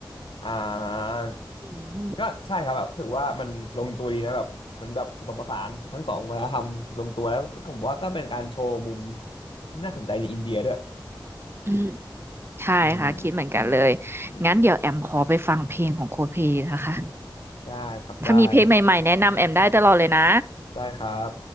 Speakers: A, on the left (about 90°); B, on the right (about 30°).
A: อ่า
B: อืม
A: ก็ใช่ครับแบบรู้สึกว่ามันลงตัวดีนะแบบมันแบบผสมผสานทั้งสองวัฒนธรรมลงตัวแล้วก็ผมว่าก็เป็นการโชว์มุมน่าสนใจในอินเดียด้วย
B: อืมใช่ค่ะคิดเหมือนกันเลย
A: อืมอืมอืม
B: งั้นเดี๋ยวแอมขอไปฟังเพลงของโคเพนะคะ
A: ได้ครับได้
B: ถ้ามีเพลงใหม่ๆแนะนำแอมได้ตลอดเลยนะ
A: ได้ครับ